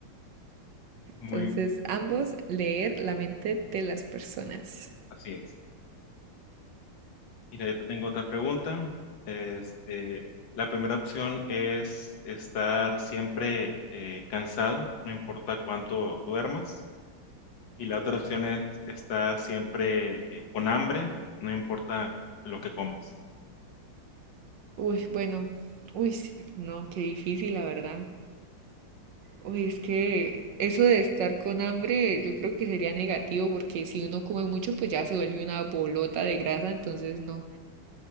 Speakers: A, on the left; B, on the right.
A: Muy,
B: Entonces, ambos, leer la mente de las personas.
A: así es. Mira, yo te tengo otra pregunta. Este, la primera opción es estar siempre eh, cansado, no importa cuánto duermas. Y la otra opción es estar siempre eh, con hambre, no importa lo que comas.
B: Uy, bueno, uy, sí, no, qué difícil, la verdad. Uy, es que eso de estar con hambre yo creo que sería negativo porque si uno come mucho pues ya se vuelve una bolota de grasa, entonces no.